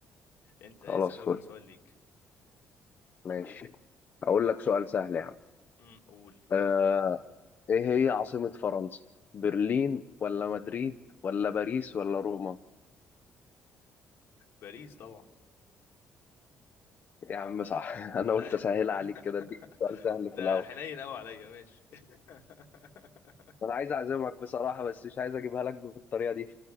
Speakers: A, on the left; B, on the left.
A: انت
B: خلاص
A: اسال
B: فل
A: اول سؤال ليك
B: ماشي هقول لك سؤال سهل يا عم
A: امم قول
B: آه، ايه هي عاصمة فرنسا برلين ولا مدريد ولا باريس ولا روما
A: باريس طبعا
B: يا عم صح <laughs> انا قلت
A: <laughs>
B: اسهلها عليك كده اديك سؤال سهل في
A: ده
B: الاول
A: حنين قوي عليا ماشي <laughs>
B: انا عايز اعزمك بصراحة بس مش عايز اجيبها لك بالطريقة دي